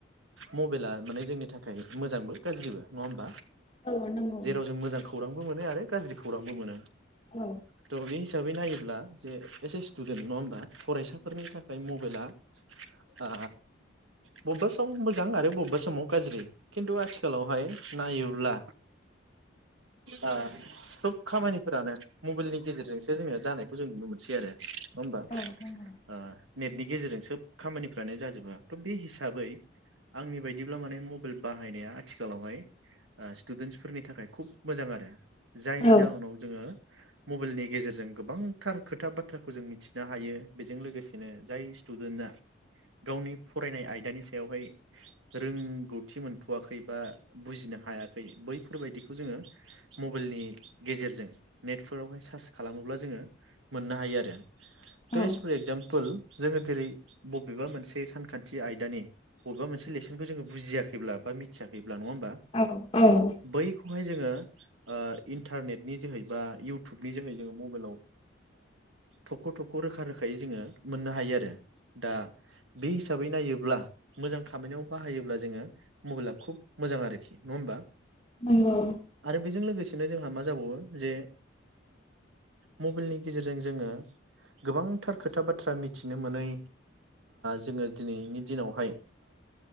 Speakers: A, on the right (about 80°); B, on the left (about 30°).
A: मबेइला माने जोंनि थाखाय मोजांबो गाज्रिबो नंङा होमबा
B: औ नंगौ
A: जेराव जों मोजां खौरां बो मोनो आरो गाज्रि खौरांबो मोनो
B: औ
A: त' मिस हिसाबै नायोब्ला जे एसे स्टुडेन नङा होमबा फरायसाफोरनि थाखाय मबाइला आ बबेबा समाव मोजां आरो बबेबा समाव गाज्रि खिन्थु आथिखालावहाय नायोब्ला आ सब खामानिफोरानो मबेइलनि गेजेरजोंसो जोङो जानायखौ जों नुनो मोनसै आरो नङा होमबा
B: औ नंगौ
A: ओ नेटनि गेजेरजों सोब खामानिफ्रानो जाजोबो त बे हिसाबै आंनि बायद दिब्ला माने मबेइल बाहायनाया आथिखालावहाय ओ स्टुदेन्सफोरनि थाखाय खुब मोजां आरो जायनि
B: औ
A: जाहोनाव जोङो। मबाइलनि गेजेरजों गोबांथार खोथा बाथ्राखौ जों मिथिनो हायो। बेजों लोगोसेनो जाय स्टुडेन्टआ गावनि फरायनाय आयदानि सायावहाय रोंगौथि मोनथ'वाखै बा बुजिनो हायाखै बैफोरबायदिखौ जोङो मबाइलनि गेजेरजों नेटफोरावहाय सार्च खालामोब्ला जोङो मोननो हायो आरो। त'
B: औ
A: एस फर एगजामपोल जोङो जेरै बबेबा मोनसे सानखान्थि आयदानि बबेबा मोनसे लेसनखौ जोङो बुजियाखैब्ला बा मिथियाखै ब्ला नङा होमबा
B: औ औ नंगौ
A: बैखौहाय जोङो इटारनेटनि जोै बा इउटुबनि जोै जोङो मबाइलाव थख' थख' खौ रोखा रोखायै जोङो मोननो हायो आरो। दा बे हिसाबै नायोब्ला मोजां। खामानियाव बाहायोब्ला जोङो मबाइला खुब मोजां आरोखि नङा होमबा।
B: नंगौ
A: आरो बेजों लोगोसे नो जोंहा मा जाबावो जे मबाइलनि गेजेरजों जोङो। गोबांथार खोथा बाथ्रा मिथिनो मोनै जोङो दिनैनि दिनावहाय